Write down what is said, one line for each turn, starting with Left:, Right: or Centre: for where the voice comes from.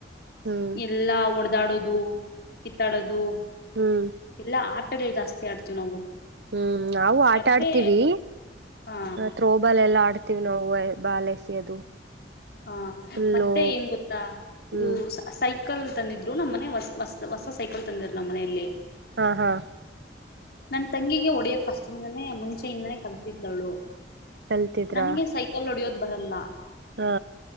Right: ಹ್ಮ್
Left: ಎಲ್ಲಾ ಹೊಡೆದಾಡೋದು ಕಿತ್ತಾಡೋದು
Right: ಹ್ಮ್
Left: ಎಲ್ಲ ಆಟಗಳು ಜಾಸ್ತಿ ಆಡ್ತೀವಿ ನಾವು
Right: ಹ್ಮ್ ನಾವು ಆಟಾ
Left: ಮತ್ತೆ
Right: ಆಡ್ತೀವಿ
Left: ಹಾ
Right: ಥ್ರೋಬಾಲ್ ಎಲ್ಲಾ ಆಡ್ತೀವಿ್ ನಾವು ಬಾಲ್ ಎಸೆಯೋದು
Left: ಹಾ
Right: ಫುಲ್ಲು
Left: ಮತ್ತೆ ಏನ್ ಗೊತ್ತಾ
Right: ಹ್ಮ್
Left: ಇದು ಸೈ ಸೈಕಲ್ ತಂದಿದ್ರು ನಮ್ಮ್ ಮನೆ ಹೊಸ ಹೊಸ ಸೈಕಲ್ ತಂದಿದ್ರು ನಮ್ಮ ಮನೆಯಲ್ಲಿ
Right: ಹಾ ಹಾ
Left: ನನ್ ತಂಗಿಗೆ ಹೊಡಿಯಕ್ ಫಸ್ಟ್ ಇಿಂದಾನೇ ಮುಂಚೆೆಯಿಂದಾನೇ ಕಲ್ತಿದ್ಲವಳು
Right: ಕಲ್ತಿದ್ರಾ
Left: ನನ್ಗೆ ಸೈಕಲ್ ಹೊಡಿಯೋದ ಬರಲ್ಲ
Right: ಹಾ